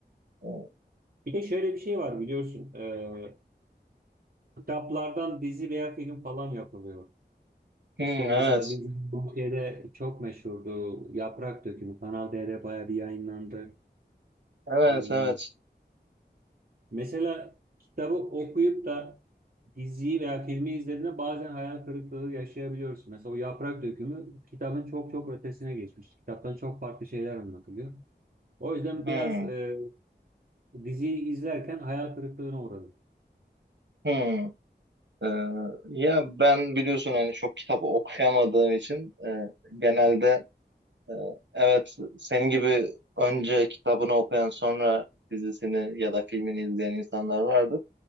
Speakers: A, on the right; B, on the right.
A: E,
B: Bir de şöyle bir şey var biliyorsun. E, kitaplardan dizi veya film falan yapılıyor.
A: hmm,
B: İşte mesela
A: evet,
B: bizim Türkiye'de çok meşhurdu. Yaprak Dökümü. Kanal D'de bayağı bir yayınlandı.
A: evet,
B: Ee,
A: evet.
B: mesela kitabı okuyup da diziyi veya filmi izlediğinde bazen hayal kırıklığı yaşayabiliyorsun. Mesela o Yaprak Dökümü kitabın çok çok ötesine geçmiş. Kitaptan çok farklı şeyler anlatılıyor. O yüzden
A: Hmm,
B: biraz e, diziyi izlerken hayal kırıklığına uğradım.
A: hmm. E, ya ben biliyorsun hani çok kitap okuyamadığım için e, genelde Ee, Evet, senin gibi önce kitabını okuyan sonra dizisini ya da filmini izleyen insanlar vardır.